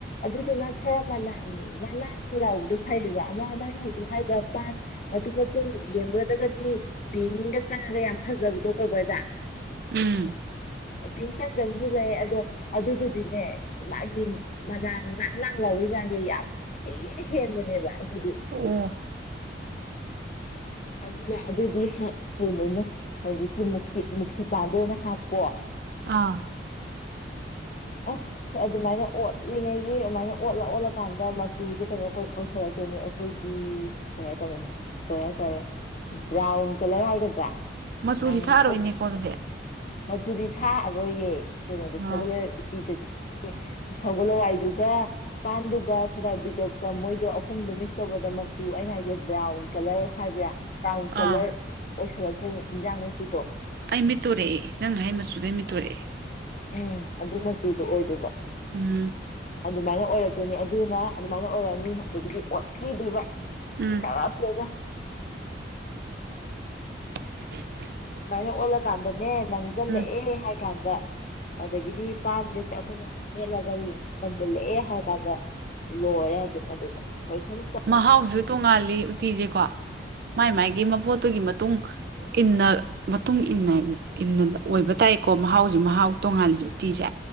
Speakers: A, on the left (about 40°); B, on the right (about 55°).
A: ꯑꯗꯨꯗꯨꯅ ꯈꯔ ꯃꯅꯥꯥꯡ ꯅꯥꯡ ꯅꯥꯡ ꯂꯥꯎꯕꯗꯨ ꯐꯩꯌꯦꯕ ꯑꯃ ꯅꯪꯅ ꯍꯧꯖꯤꯛ ꯍꯥꯏꯔꯤꯕ ꯄꯟ ꯃꯇꯨꯝ ꯃꯇꯨꯝ ꯌꯦꯡꯕꯗꯒꯗꯤ ꯄꯤꯡꯒ ꯆꯪꯉꯒ ꯌꯥꯝ ꯐꯖꯕꯗꯣ ꯀꯣꯕꯔꯗ
B: ꯎꯝ
A: ꯄꯤꯡ ꯆꯪꯗꯕꯁꯨ ꯂꯩ ꯑꯗꯣ ꯑꯗꯨꯗꯨꯗꯤꯅꯦ ꯃꯥꯒꯤ ꯃꯅꯡ ꯅꯡ ꯅꯡ ꯂꯥꯎꯕꯩ ꯆꯥꯡꯁꯦ ꯌꯥꯝ ꯊꯤꯅ ꯍꯦꯟꯕꯅꯦꯕ ꯑꯗꯨꯗꯤ
B: ꯑꯣ
A: ꯑꯗꯨꯅ ꯑꯗꯨꯗꯤ ꯍꯥꯄꯨꯅꯨꯉꯣ ꯍꯧꯖꯤꯛꯀꯤ ꯃꯨꯀꯤ ꯃꯨꯈꯤ ꯄꯥꯟꯗꯣ ꯑꯣꯏꯅ ꯍꯥꯞꯄꯣ
B: ꯑꯥ
A: ꯑꯁ ꯑꯗꯨꯃꯥꯏꯅ ꯑꯣꯠꯂꯤꯉꯩꯒꯤ ꯑꯗꯨꯃꯥꯏꯅ ꯑꯣꯠꯂ ꯑꯣꯠꯂꯀꯥꯟꯗ ꯃꯆꯨꯁꯦ ꯀꯩꯅꯣ ꯀꯣꯏ ꯑꯣꯏꯁꯜꯂꯛꯇꯣꯏꯅꯦ ꯑꯩꯈꯣꯏ ꯎꯝ ꯀꯩꯌꯥꯏ ꯇꯥꯔꯦ ꯀꯩꯌꯥꯏꯇꯔꯦ ꯕ꯭ꯔꯥꯎꯟ ꯀꯂꯔ ꯍꯥꯏꯒꯗ꯭ꯔꯥ
B: ꯃꯆꯨꯗꯤ
A: ꯉꯥꯡꯁꯤꯟ
B: ꯊꯥꯛꯑꯔꯣꯏꯅꯦꯀꯣ ꯑꯗꯨꯗꯤ
A: ꯃꯆꯨꯗꯤ ꯊꯥꯛꯑꯔꯣꯏꯌꯦ ꯀꯩꯅꯣꯗ
B: ꯑꯥ
A: ꯁꯒꯣꯜ ꯎꯇꯤꯗꯗꯤ ꯁꯧꯒꯜ ꯍꯋꯥꯏꯗꯨꯒ ꯄꯥꯟꯗꯨꯒ ꯁꯣꯗꯥ ꯕꯤꯒꯞꯀ ꯃꯣꯏꯗꯣ ꯑꯍꯨꯝꯗꯣ ꯃꯤꯛꯁ ꯇꯧꯕꯗ ꯃꯆꯨ ꯑꯩꯅ ꯍꯥꯏꯁꯦ ꯕ꯭ꯔꯥꯎꯟ ꯀꯂꯔ ꯍꯥꯏꯕ꯭ꯔꯥ ꯕ꯭ꯔꯥꯎꯟ ꯀꯂꯔ
B: ꯑꯥ
A: ꯑꯣꯏꯁꯜꯂꯛꯇꯣꯏꯅꯦ ꯏꯟꯖꯥꯡ ꯃꯆꯨꯗꯣ
B: ꯑꯩ ꯃꯤꯠꯇ ꯎꯔꯛꯑꯦ ꯅꯪꯅ ꯍꯥꯏ ꯃꯆꯨꯗ ꯃꯤꯠꯇ ꯎꯔꯛꯑꯦ
A: ꯎꯝ ꯑꯗꯨ ꯃꯆꯨꯗꯣ ꯑꯣꯏꯗꯨꯕ
B: ꯎꯝ
A: ꯑꯗꯨꯃꯥꯏꯅ ꯑꯣꯏꯔꯛꯇꯣꯏꯅꯤ ꯑꯗꯨꯅ ꯑꯗꯨꯃꯥꯏꯅ ꯑꯣꯏꯔꯛꯑꯅꯤ ꯑꯗꯒꯤꯗꯤ ꯑꯣꯠꯄꯤꯗ꯭ꯔꯕ
B: ꯎꯝ
A: ꯆꯥꯔꯛꯇ꯭ꯔꯤꯗ
B: <inaudible>
A: ꯁꯨꯃꯥꯏꯅ ꯑꯣꯜꯂꯀꯥꯟꯗꯅꯦ ꯅꯪꯁꯤꯜꯂꯛꯑꯦ
B: ꯎꯝ
A: ꯍꯥꯏ ꯀꯥꯟꯗ ꯑꯗꯒꯤꯗꯤ ꯄꯥꯟꯒꯁꯦ ꯑꯩꯈꯣꯏꯅ ꯃꯦꯠꯂꯒ ꯌꯦꯡꯒ ꯃꯨꯜꯂꯛꯑꯦ ꯍꯥꯏꯔ ꯀꯥꯟꯗ ꯂꯣꯏꯔꯦ ꯑꯗꯨꯝ ꯑꯗꯨꯗ ꯀꯩꯁꯨꯝ
B: ꯃꯍꯥꯎꯁꯨ ꯇꯣꯡꯉꯥꯜꯂꯤ ꯎꯇꯤꯁꯦꯀꯣ ꯃꯥꯏ
A: ꯎꯝ
B: ꯃꯥꯥꯏꯒꯤ ꯃꯄꯣꯠꯇꯨꯒꯤ ꯃꯇꯨꯡ ꯏꯟꯅ ꯃꯇꯨꯡ ꯏꯟꯅ ꯏꯟꯅ ꯑꯣꯏꯕ ꯇꯥꯏꯀꯣ ꯃꯍꯥꯎꯁꯦ ꯃꯍꯥꯎ ꯇꯣꯡꯉꯥꯜꯂꯤꯁꯦ ꯎꯇꯤꯁꯦ